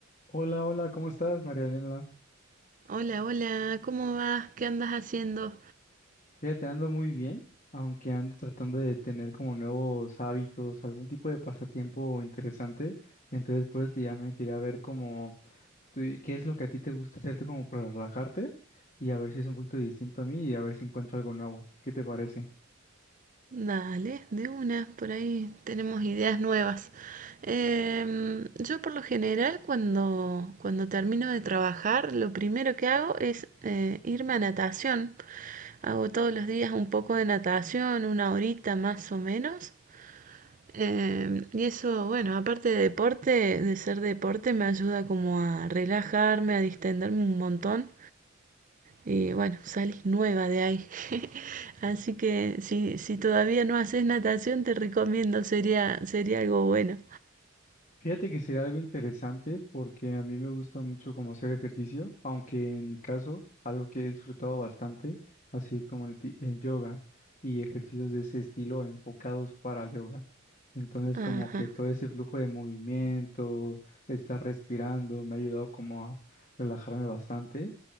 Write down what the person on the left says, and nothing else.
Hola, hola, ¿cómo estás, Marianela?
Fíjate, ando muy bien, aunque ando tratando de tener como nuevos hábitos, algún tipo de pasatiempo interesante. Entonces, por eso te llamé, quería ver cómo, tú- qué es lo que a ti te gusta hacerte como para relajarte y a ver si es un poquito distinto a mí y a ver si encuentro algo nuevo. ¿Qué te parece?
Fíjate que sería algo interesante porque a mí me gusta mucho como hacer ejercicio, aunque en mi caso algo que he disfrutado bastante ha sido como el, ti- el yoga y ejercicios de ese estilo enfocados para yoga. Entonces
como que todo ese flujo de movimiento, estar respirando, me ha ayudado como a relajarme bastante.